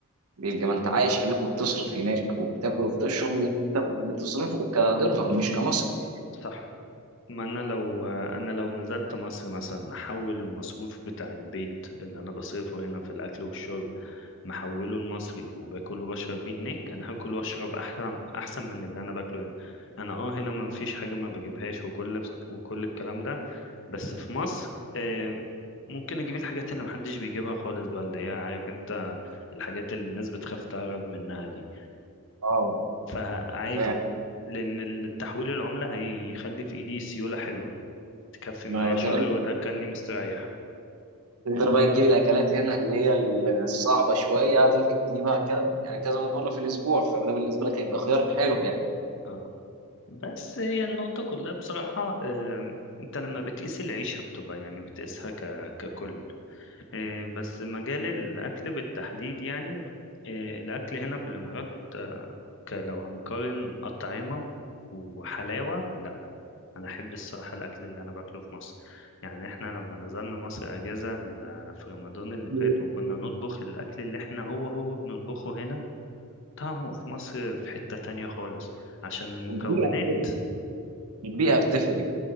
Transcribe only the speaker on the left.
آه،
صح ما انا لو انا لو نزلت مصر مثلا احول المصروف بتاع البيت اللي انا بصرفه هنا في الاكل والشرب محوله لمصري وباكل وبشرب بيه هناك انا هاكل واشرب احسن احسن من اللي انا باكله هنا انا اه هنا ما فيش حاجه ما بجيبهاش وكل وكل الكلام ده بس في مصر آه، ممكن اجيب الحاجات اللي محدش بيجيبها خالص بقى اللي هي عارف انت الحاجات اللي الناس بتخاف تهرب منها دي
فعادي
لان التحويل العمله هيخلي في ايدي سيوله حلوه تكفي
معايا شهر
وتأكلني مستريح
اه بس هي النقطة كلها بصراحة آه، انت لما بتقيس العيشة بتبقى يعني بتقيسها ك... ككل آه، بس مجال الأكل بالتحديد يعني آه، الأكل هنا في الإمارات آه، ك- لو هنقارن أطعمة وحلاوة لا أنا أحب الصراحة الأكل اللي أنا باكله في مصر يعني إحنا لما نزلنا مصر أجازة ال- في رمضان اللي فات
وكنا نطبخ الأكل اللي إحنا هو هو بنطبخه هنا طعمه في مصر في حتة تانية خالص عشان المكونات